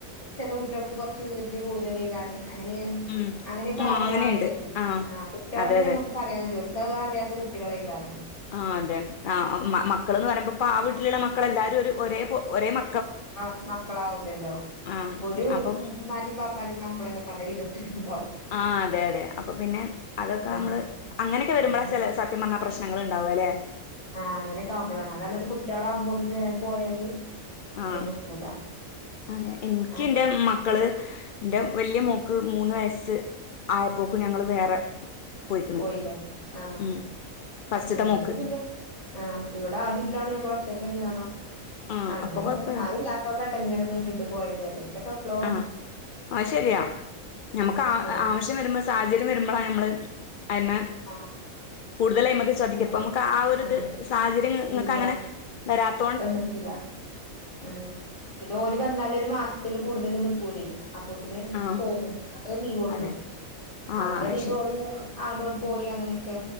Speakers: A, on the left; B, on the left.
A: ചില കുട്ടികൾക്ക് കുറച്ച് വികൃതി കൂടുതൽ ഈ കാരണം അങ്ങനെ
B: ഉം
A: അങ്ങനെയൊക്കെ
B: ആഹ്
A: ആവുമ്പോളാണല്ലത്
B: അങ്ങനെയുണ്ട് ആഹ്
A: ആ കുട്ടികളെപ്പിന്നെ
B: അതെ അതെ
A: നമുക്ക് പറയാം ജോലി ഓക്ക് അറിയാത്ത കുട്ടികളെ കാരണം
B: ആഹ് അതെ ആഹ് മ മക്കള്ന്ന് പറയുമ്പോ ആ വീട്ടിലുള്ള മക്കളെല്ലാരും ഒരു ഒരേ പോ ഒരേ മ
A: ആ മക്കളാവില്ലല്ലോ
B: ആ
A: ഒരു
B: അപ്പം
A: ഉമ്മാൻ്റെയും വാപ് പ്പാൻ്റെയും മക്കള് തന്നെ പല വിധത്തിലുണ്
B: ആഹ് അതെ അതെ അപ്പോ പിന്നെ അതൊക്കെ
A: ആഹ്
B: നമ്മള് അങ്ങനൊക്കെ വരുമ്പോള
A: ഉം
B: ചെല സത്യം പറഞ്ഞ പ്രശ് ശ്‌നങ്ങൾ ഇണ്ടാവ ലെ.
A: ആഹ് അങ്ങനെയൊക്കെ ആവുമ്പോളാണ് അതാണ് ഒരു കുട്ടിയാള് ആവുമ്പോതിന് വേഗം പോയാല്
B: ആഹ്
A: അയിനൊക്കൂല
B: അതെ എനിക്ക്
A: അങ്ങനെ
B: ഇൻ്റെ മക്കള് എന്റെ വലിയ മോ ക്ക് മൂന്ന് വയസ് ആയപ്പോക്ക് ഞങ്ങള് വേറെ പോയിക്കണ്
A: പോയി ലെ ആഹ്.
B: ഉം ഫസ്റ്റ്ത്തെ
A: ഞങ്ങൾക്ക്
B: മോക്ക്
A: പിന്നെ ആഹ് ഇവിടെ ആരുല്ലാണ്ട് ഞങ്ങള ഒ ഒറ്റക്കാണ്
B: ആ
A: അങ്ങനെ
B: അപ്പൊ
A: അങ്ങനെ
B: കൊഴപ്പല്ല
A: ആരുല്ലാത്തകൊണ്ടാട്ടോ ഇങ്ങനെ നീണ്ടു പോയത് അല്ലെങ്കില്- അപ്പളോ
B: ആ ആ ശരിയാ ഞമ്മക്ക് ആ
A: ആഹ്
B: ആവശ്യം വരുമ്പോ സാഹചര്യം വരുമ്പോളാ നമ്മള്- ആ്മ <unintelligible>
A: ആഹ്
B: കൂടുതലായി നമുക്ക് ശ്രദ്ധിക്കും
A: ഉണ്ടോ
B: ഇപ്പ നമുക്ക് ആ ഒരു
A: ആഹ്
B: ഇത് സാഹചര്യം നിങ്ങക്ക്
A: ഇല്ല
B: അങ്ങനെ വരാത്ത-
A: വന്നിട്ടില്ല ഉം പിന്നെ ഓല് വന്നാല് ഒരു മാസത്തില് കൂടുതല് നിക്കൂലേ അപ്പോത്തിന്
B: ആ
A: പോകും അത്രേ ലീവെയുള്ളൂ
B: അതെ ആ
A: അതിന്റെ എടയില്
B: ശരി
A: ഓള് - അവിടെ ഇവിടെ പോയി അങ്ങനെയൊക്കെ